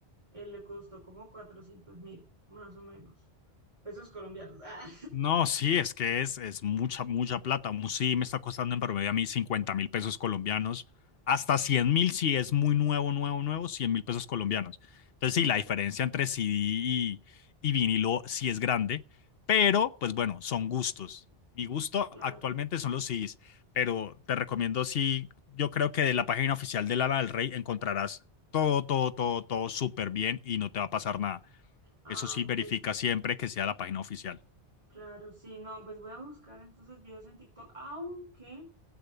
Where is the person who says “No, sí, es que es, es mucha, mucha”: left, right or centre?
Left